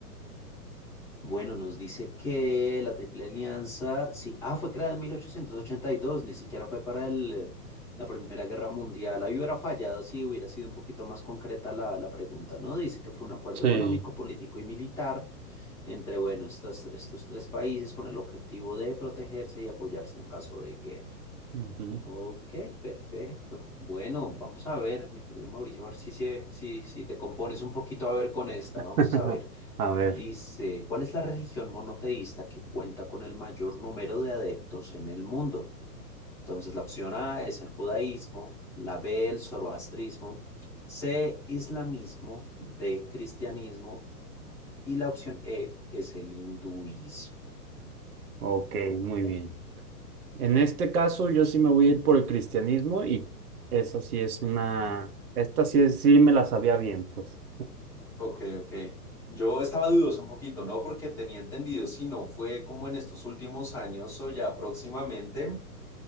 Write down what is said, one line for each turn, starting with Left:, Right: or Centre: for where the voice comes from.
Centre: Bueno, nos dice que la Triple Alianza, sí, ah, fue creada en 1882. ni siquiera fue para el, eh, la Primera Guerra Mundial. Ahí hubiera fallado si hubiera sido un poquito más concreta la, la pregunta, ¿no? Dice que fue un acuerdo
Right: Sí.
Centre: económico, político y militar entre, bueno, estas, estos tres países con el objetivo de protegerse y apoyarse en caso de guerra.
Right: ujú.
Centre: Ok, perfecto. Bueno, vamos a ver, mi querido Mauricio, a ver si, se- si, si te compones un poquito a ver con esta.
Right: <laughs>
Centre: Vamos a ver.
Right: A ver,
Centre: Dice, ¿cuál es la religión monoteísta que cuenta con el mayor número de adeptos en el mundo? Entonces, la opción A es el judaísmo, la B el zoroastrismo, C islamismo, D cristianismo y la opción E es el hinduismo.
Right: ok,
Centre: Ok.
Right: muy bien. En este caso, yo sí me voy a ir por el cristianismo y esa sí es una, esta sí, es- sí me la sabía bien, pues.
Centre: Ok, ok. Yo estaba dudoso un poquito, ¿no? Porque tenía entendido, si no fue como en estos últimos años o ya próximamente,